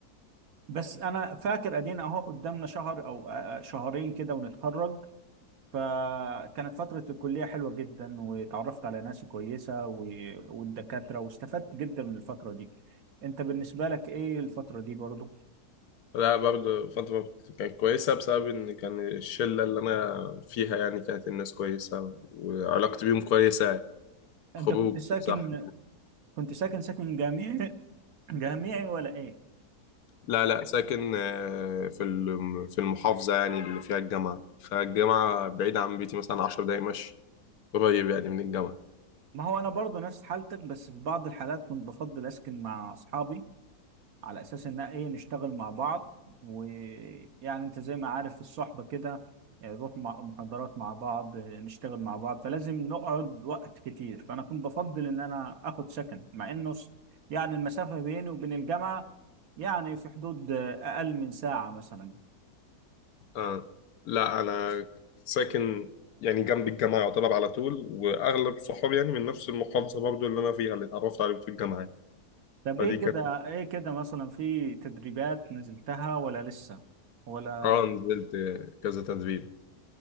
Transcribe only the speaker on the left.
لا برضه فترة كانت كويسة بسبب إن كان الشلة اللي أنا فيها يعني كانت الناس كويسة وعلاقتي بيهم كويسة يعني.
خروج
صح
لا لا ساكن آه، في الم- في المحافظة يعني اللي فيها الجامعة فالجامعة بعيدة عن بيتي مثلا عشر دقايق مشي قريب يعني من الجامعة
آه. لا أنا ساكن يعني جنب الجامعة يعتبر على طول وأغلب صحابي يعني من نفس المحافظة برضو اللي أنا فيها اللي اتعرفت عليهم في الجامعة يعني.
فدي
كانت
آه نزلت آه، كذا تدريب